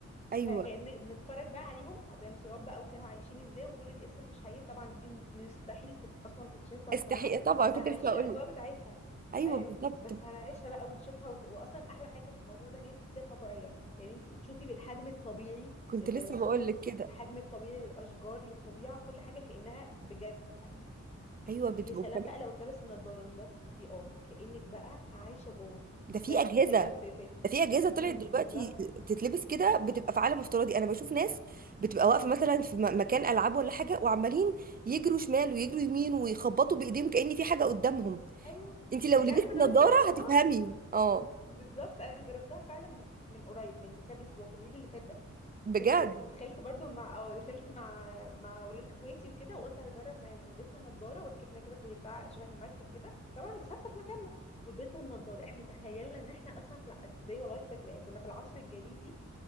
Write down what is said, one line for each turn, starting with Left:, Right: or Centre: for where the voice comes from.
Right: ايوه
Left: فكأن نتفرج بقى عليهم على الديناصورات بقى وكانوا عايشين ازاي وكل دي قصة مش حقيقية طبعا دي م- مستحيل تت... اصلا تتشاف ولا
Right: استحي
Left: تتعمل
Right: طبعا
Left: بس
Right: كنت
Left: هنعيش
Right: لسه هقول
Left: الاجواء
Right: لك.
Left: بتاعتها
Right: ايوه
Left: ايوه
Right: بالظبط
Left: بس هنعيشها بقى ونشوفها وت... واصلا احلى حاجة في الموضوع ده ان هي تحسيها طبيعية يعني انت بتشوفي بالحجم الطبيعي
Right: كنت
Left: للديناصور
Right: لسه بقول لك
Left: بتشوفي
Right: كده
Left: بالحجم الطبيعي للاشجار للطبيعة كل حاجة كأنها بجد حقيقي
Right: ايوه بتبقى
Left: ويا سلام بقى لو اتلبس النضارة نضارة الفي ار كأنك بقى عايشة جوه
Right: ده
Left: انت
Right: في
Left: بقى مش
Right: اجهزه
Left: محتاجة ت... ت...
Right: ده في اجهزه طلعت
Left: امم
Right: دلوقتي
Left: بالظبط
Right: تتلبس كده بتبقى في عالم افتراضي انا بشوف ناس بتبقى واقفه مثلا في م- مكان العاب ولا حاجه وعمالين يجروا شمال ويجروا يمين ويخبطوا بايديهم كأن في حاجه قدامهم
Left: ايوه
Right: انت لو
Left: انت
Right: لبستي
Left: عارفه ان
Right: نظاره
Left: انا جربتها
Right: هتفهمي اه
Left: بالظبط انا جربتها فعلا من من قريب من كام اسبوع في العيد اللي فات ده
Right: بجد
Left: كنت دخلت برضو مع اه دخلت مع مع ولاد اخواتي وكده وقلت هجرب معاهم ولبسنا نضاره وركبنا كده في بتاع شبه المركب كده طبعا ثابته في مكاننا ولبسنا النضاره احنا تخيلنا ان احنا اصلا في الع- تصدقي والله فاكراها كنا في العصر الجليدي